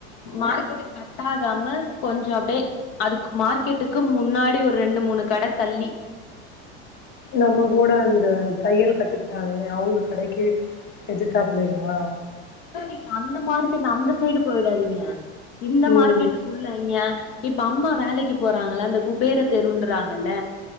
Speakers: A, on the left; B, on the left.
A: மார்க்கெட்டு கட் ஆகாம கொஞ்ச அப்டே அதுக்கு மார்க்கெட்டுக்கு முன்னாடி ஒரு ரெண்டு மூணு கட தள்ளி
B: நம்ம கூட அந்த தையல் கத்துக்கிட்டாங்களே அவுங்க கடைக்கு எதுத்தாப்ளயா
A: கு நீங்க அந்த மார்க்கெட் அந்த சைடு போய்டாதீங்க இந்த
B: ம்
A: மார்க்கெட்டு குள்ள ஏ இப்ப அம்மா வேலைக்கு போறாங்கள அந்த குபேர தெருன்றாங்கல்ல